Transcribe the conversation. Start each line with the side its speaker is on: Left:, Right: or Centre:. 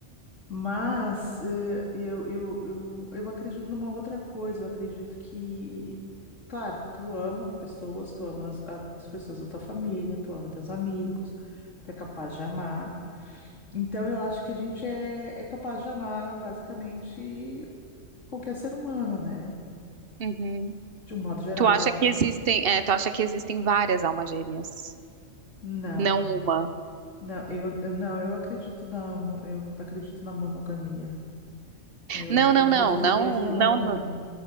Left: mas eh, eu, eu, eu, eu acredito numa outra coisa, eu acredito que, claro, tu ama pessoas, tu amas as pessoas da tua família, tu ama teus amigos, tu é capaz de amar. Então, eu acho que a gente é, é capaz de amar basicamente qualquer ser humano, né?
Right: Uhum.
Left: De um modo geral.
Right: Tu acha que existem, é, tu acha que existem várias almas gêmeas?
Left: Não,
Right: Não uma.
Left: não, eu eu- não, eu acredito na, mo- eu acredito na monogamia. Eu
Right: Não, não,
Left: acredito
Right: não, não,
Left: em Deus e na monogamia.
Right: não, não,